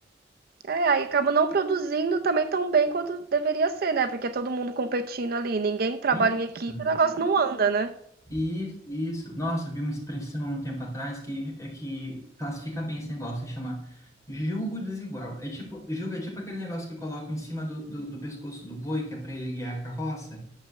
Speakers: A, on the right (about 55°); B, on the left (about 15°).
A: É, aí acaba não produzindo também tão bem quanto deveria ser, né? Porque é todo mundo competindo ali, ninguém trabalha
B: Isso.
A: em equipe, o negócio não anda, né?
B: Isso, isso. Nossa, eu vi uma expressão um tempo atrás que, é que classifica bem esse negócio, Se chama julgo desigual. É tipo, julgo é tipo aquele negócio que colocam em cima do, do, do pescoço do boi, que é para ele guiar a carroça.